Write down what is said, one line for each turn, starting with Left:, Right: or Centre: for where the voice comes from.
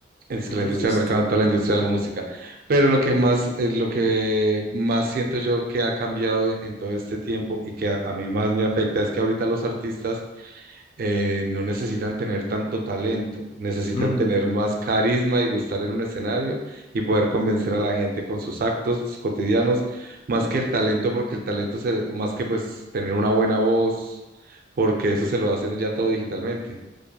Right: en es
Left: Entonces,
Right: que la industria del mercado,
Left: tú-
Right: en toda la industria de la música. Pero lo que más, eh, lo que más siento yo que ha cambiado en todo este tiempo y que a, a mí más me afecta es que ahorita los artistas eh, no necesitan tener tanto talento, necesitan
Left: Mm,
Right: tener más carisma y gustar en un escenario y poder convencer a la gente con sus actos cotidianos, más que el talento, porque el talento se, más que pues tener una buena voz, porque eso se lo hacen ya todo digitalmente,